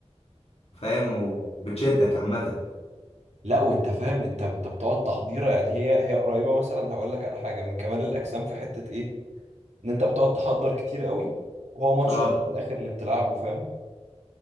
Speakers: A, on the left; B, on the right.
A: وفاهم وبتشدك عامة
B: لا وانت فاهم انت انت بتقعد تحضيره يعني هي هي قريبه مثلا هقول لك على حاجه من كمال الاجسام في حته ايه ان انت بتقعد تحضر كتير قوي وهو ماتش
A: اه
B: واحد في الاخر اللي بتلعبه فاهم